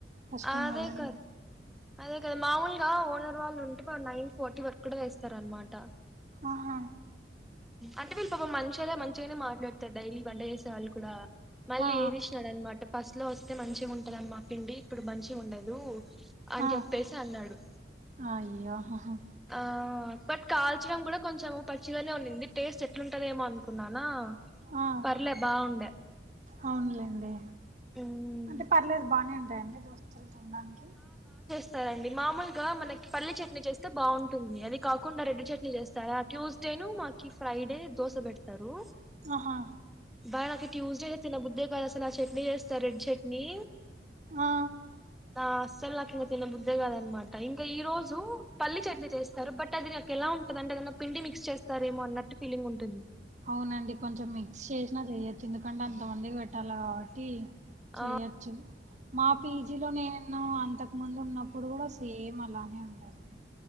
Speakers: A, on the right; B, in the centre.
A: కష్టమదైనా
B: అదే కదా అదే కదా మామూలుగా ఓనర్ వాళ్ళు ఉంటే వాళ్ళు నైన్ ఫోార్టీ వరకు కూడా వేస్తారన్నమాట
A: ఆహా
B: అంటే వీళ్ళు పాపం మంచోళ్ళే మంచిగానే మాట్లాడుతారు డైలీ వంట చేేసే వాళ్ళు కూడా మళ్ళీ
A: ఆ
B: ఏపిచ్చినాడన్నమాట ఫస్ట్ లో వస్తే మంచిగా ఉంటదమ్మా పిండి ఇప్పుడు మంచిగా ఉండదు అని
A: ఆ
B: చెప్పేసి అన్నాడు
A: అయ్యో ఆహా
B: ఆ బట్ కాల్చడం కూడా కొంచెం పచ్చిగానే ఉనింది టేస్ట్ అట్లుంటదేమో అనుకున్నానా
A: ఆ
B: పర్లే బాగుండే
A: అవునులేండి
B: ఉమ్,
A: అంటే పర్లేదు బానే ఉంటాయండి దోసలు అవునా అండి
B: సరే అండి మామూలుగా మనకి పల్లి చట్నీ చేస్తే బాగుంటుంది అది కాకుండా రెడ్డు చట్నీ చేస్తారా ట్యూస్డేను మాకి ఫ్రైడే దోశ పెడుతారు
A: ఆహా
B: బా నాక్ ట్యూస్డే తిన్న బుద్దే కాదసాలు అసలు ఆ చట్నీ చేస్తారు రెడ్ చట్నీ
A: ఆ
B: అ అస్సలు నాకు ఇంకా తిన్నబుద్ధే కదనమాట ఇంకా ఈ రోజు పల్లి చట్నీ చేస్తారు బట్ అది ఎలా ఉంటదంటే ఏదన్న పిండి మిక్స్ చేస్తారేమో అన్నట్టు ఫీలింగ్ ఉంటుంది
A: అవునండి కొంచెం మిక్స్ చేసినా చెయోచ్చు ఎందుకంటే అంతమందికి పెట్టాలే కాబట్టి చేయ్యచ్చు
B: ఆ
A: మా పీజీలో నేను అంతకు ముందున్నప్పుడు కూడా సేమ్ అలానే ఉందండి